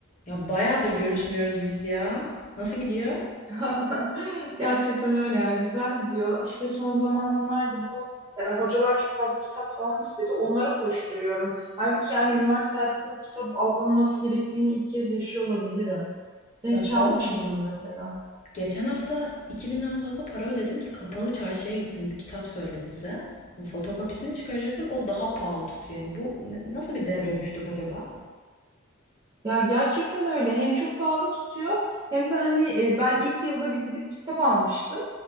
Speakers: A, on the left; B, on the right.
A: Ya bayağıdır görüşmüyoruz biz ya. Nasıl gidiyor?
B: <laughs> Gerçekten öyle ya. Güzel gidiyor. İşte son zamanlarda bu e, hocalar çok fazla kitap falan istedi. Onlara koşturuyorum. Halbuki yani üniversite hayatında da kitap alınması gerektiğini ilk kez yaşıyor olabilirim. Sen
A: Ya
B: hiç
A: sorma.
B: almış mıydın mesela?
A: Geçen hafta 2000'den fazla para ödedim ki kapalı çarşıya gittim. Bir kitap söyledi bize. Fotokopisini çıkaracaktım. O daha pahalı tutuyor. Yani bu ne- nasıl bir devre düştük acaba?
B: Ya gerçekten öyle. Hem çok pahalı tutuyor hem de hani e, ben ilk yılda bir gidip kitap almıştım.